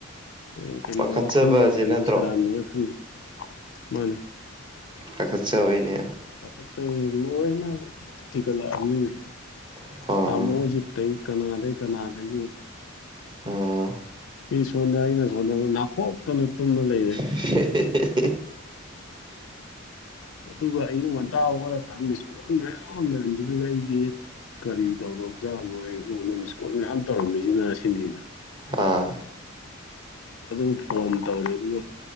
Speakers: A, on the left (about 65°); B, on the right (about 20°).
A: ꯎ ꯀꯩꯅꯣ
B: ꯄꯥꯈꯠꯆꯕꯁꯦ
A: ꯋꯥꯈꯟꯗꯣ ꯀꯩꯅꯣ
B: ꯅꯠꯇ꯭ꯔꯣ
A: ꯁꯦꯔꯥꯟꯅꯅ ꯈꯟꯒ꯭ꯔꯦ ꯃꯥꯟꯅꯦ
B: ꯄꯥꯈꯠꯆꯕꯩꯅꯦ
A: ꯄꯥꯈꯠꯆꯕꯒ ꯂꯣꯢꯅ <unintelligible>
B: ꯑꯥ
A: ꯇꯥꯃꯣ ꯖꯤꯠꯇꯩ ꯀꯅꯥꯗꯩ ꯀꯅꯥꯗꯩ
B: ꯎꯝ
A: ꯃꯤ ꯁꯣꯟꯗ ꯑꯩꯅ ꯁꯣꯟꯗ ꯅꯥꯈꯣꯛꯇꯅ ꯇꯨꯝꯃ ꯂꯩꯔꯦ
B: <inaudible>
A: ꯑꯗꯨꯒ ꯑꯌꯨꯛ ꯉꯟꯇꯥ ꯍꯧꯒꯠꯂꯛꯀꯥꯟꯗ ꯃꯤꯁꯀꯣꯜ ꯃꯌꯥꯝ ꯂꯩꯔꯝꯕꯗꯨꯗ ꯑꯩꯗꯤ ꯀꯔꯤ ꯗꯧꯔꯕꯖꯥꯠꯅꯣ ꯑꯩꯉꯣꯟꯗ ꯃꯤꯁꯀꯣꯜ ꯃꯌꯥꯝ ꯇꯧꯔꯝꯃꯤꯖꯤꯅ ꯁꯤꯅꯤꯗ
B: ꯑꯥ
A: ꯑꯗꯨ ꯐꯣꯟ ꯇꯧꯔꯦ ꯑꯗꯨꯒ